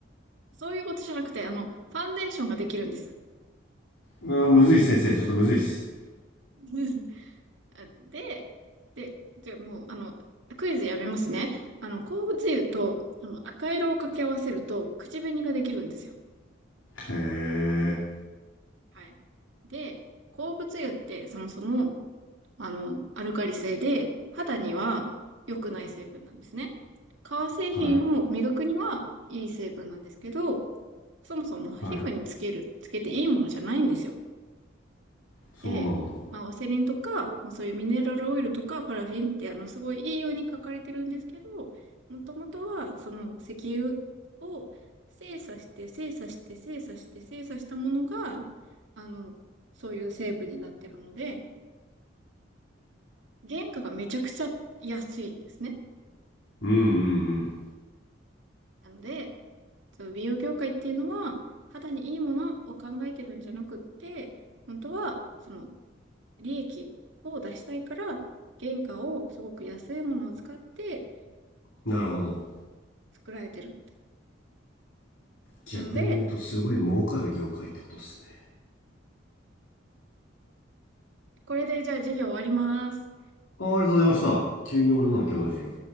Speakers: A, on the right (about 70°); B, on the left (about 85°).
A: そういうことじゃなくて、あの、ファンデーションができるんです。
B: あーむずいっす、先生。ちょっとむずいっす。
A: <laughs> あで、で、じゃあもう、あの、クイズやめますね。あの、鉱物油と、あの、赤色を掛け合わせると、口紅ができるんですよ。
B: へえ。
A: はい。で、鉱物油ってそもそも、あの、アルカリ性で、肌には良くない成分なんですね。革製品を磨くにはいい成分なんですけど、
B: はい。
A: そもそも皮膚につける、
B: はい。
A: つけていいものじゃないんですよ。
B: そうなんだ。
A: で、
B: う
A: まあ、ワセリンとか、まあ、そういうミネラルオイルとか、パラフィンって、あの、すごいいいように書かれてるんですけど、もともとは、その石油を精査して、精査して、精査して、精査したものが、あの、そういう成分になってるので、原価がめちゃくちゃ安いんですね。
B: んうん
A: なので、その美容業界っていうのは、肌にいいものを考えてるんじゃなくって、本当は、その利益を出したいから、原価をすごく安いものを使って
B: うん。なるほど。
A: 作られてる。
B: 逆に言うとすごい儲かる業界ってことっすね。
A: なので、これでじゃあ事業終わります。
B: あーありがとうございました。急に終わるな、今日の授業。